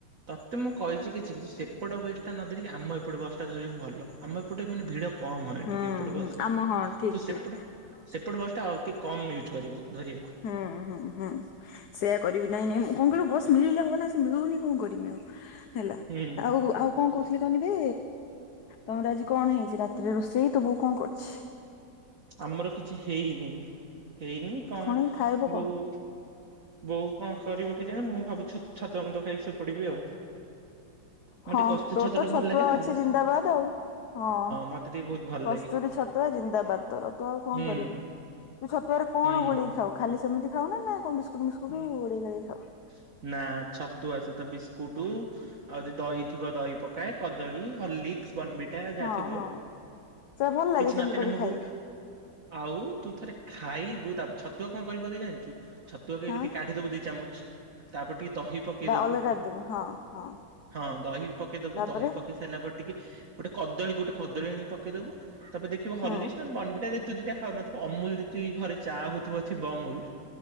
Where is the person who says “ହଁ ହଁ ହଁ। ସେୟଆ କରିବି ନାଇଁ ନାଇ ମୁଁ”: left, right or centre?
Left